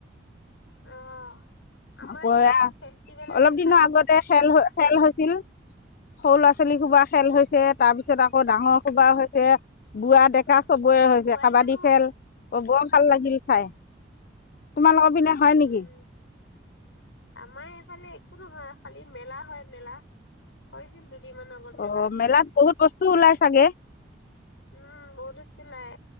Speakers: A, on the left; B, on the left.
A: অ আমাৰ
B: আকৌ
A: ইয়াতো ফেষ্টিভেল
B: অলপ
A: আছে
B: দিনৰ
A: খালি।
B: আগতে খেল খেল হৈছিল, সৰু ল'ৰা ছোৱালী সোপাহ খেল হৈছে, তাৰপিছত আকৌ ডাঙৰ কিবা হৈছে, বোৱা-ডেকা চবৰে হৈছে,
A: বোৱাৰী
B: কাবাডী
A: মানুহ
B: খেল বৰ ভাল লাগিল চাই। তোমালোকৰ পিনে হয়
A: উম
B: নেকি?
A: আমাৰ এইফালে একো নহয়, খালি মেলা হয় মেলা হৈছিল দুদিনমানৰ আগত
B: অ
A: মেলা।
B: মেলাত বহুত বস্তু ওলাই চাগে?
A: উম বহুত বস্তু ওলাই